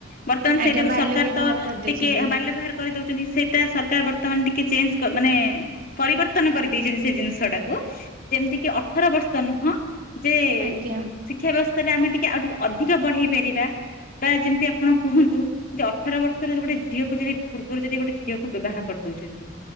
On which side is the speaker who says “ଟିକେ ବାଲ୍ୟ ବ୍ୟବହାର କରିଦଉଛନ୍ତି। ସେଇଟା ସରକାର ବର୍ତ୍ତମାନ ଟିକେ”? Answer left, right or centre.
Left